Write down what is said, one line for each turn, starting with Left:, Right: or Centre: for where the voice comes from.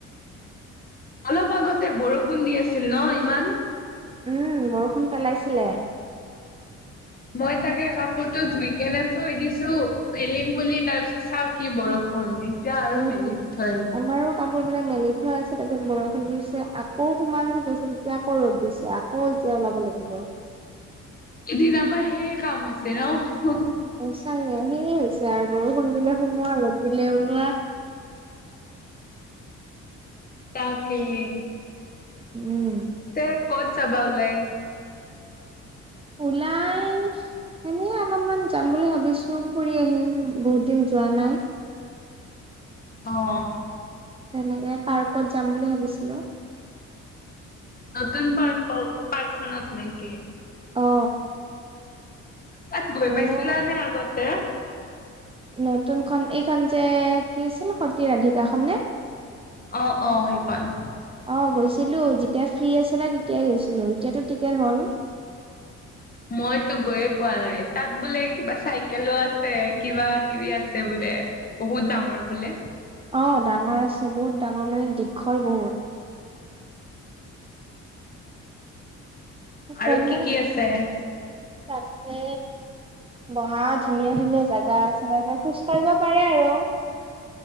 Left: অলপ আগতে বৰষুণ দি আছিল ন ইমান?
Right: উম বৰষুণ পেলাইছিলে।
Left: মই তাকে কাপোৰতটো ধুই কেনে থৈ দিছো মেলিম বুলি তাৰ পিছত চাও কি বৰষুণ এতিয়া আৰু
Right: উম
Left: মেলি থৈ আহিলো।
Right: আমাৰো কাপোৰ বিলাক মেলি থৈ আছে তাৰপিছত বৰষুণ দিছে আকৌ সোমালো তাৰপিছত এতিয়া আকৌ ৰ'দ দিছে আকৌ অ য ওলাব লাগিব৷
Left: এদিন আমাৰ সেই কাম হৈছে ন। <unintelligible>
Right: সচাঁকে সেয়ে হৈছে আৰু বৰষুণ দিলে সোমোৱা লগত দিলে ওলোৱা৷
Left: তাকেই!
Right: উম
Left: পিছে ক'ত যাবা ওলাই?
Right: ওলাই এনে অলপমান যাম বুলি ভাবিছো ফুৰি আহিম বহুত দিন যোৱা নাই৷
Left: অ
Right: তেনেকে পাৰ্কত যাম বুলি ভাবিছিলো৷
Left: নতুন পাৰ্ক-পাৰ্ক খনত নেকি?
Right: অ
Left: তাত গৈ
Right: আৰু
Left: পাইছিলা নে আগতে?
Right: নতুন খন এইখন যে কি আছিল সতী ৰাধিকাখন নে?
Left: অ - অ সেইখন৷
Right: অহ গৈছিলোঁ যেতিয়া ফ্ৰী আছিলে তেতিয়াই গৈছিলোঁ এতিয়াতো টিকেট হ'ল৷
Left: মইতো গৈয়ে পোৱা নাই তাত বোলে কিবা চাইকেলো আছে কিবা কিবি আছে বোলে? বহুত ডাঙৰ বোলে?
Right: অ ডাঙৰ আছে বহুত ডাঙৰ মানে দীঘল বহুত৷ সেইকাৰণে
Left: আৰু কি কি আছে?
Right: তাতে বহা ধুনীয়া-ধুনীয়া জেগা আছে মানে খোজ কাঢ়িব পাৰে আৰু৷